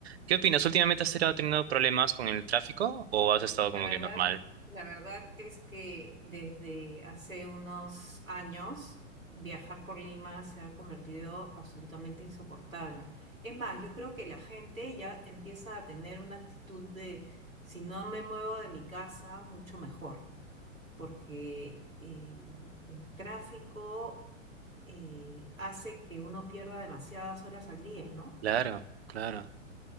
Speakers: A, on the right; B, on the right.
A: ¿Qué opinas? ¿Últimamente has estado teniendo problemas con el tráfico o has estado como
B: La verdad,
A: que normal?
B: la verdad es que desde hace unos años viajar por Lima se ha convertido absolutamente insoportable. Es más, yo creo que la gente ya empieza a tener una actitud de si no me muevo de mi casa, mucho mejor, porque el, el tráfico eh, hace que uno pierda demasiadas horas al día, ¿no?
A: Claro, claro.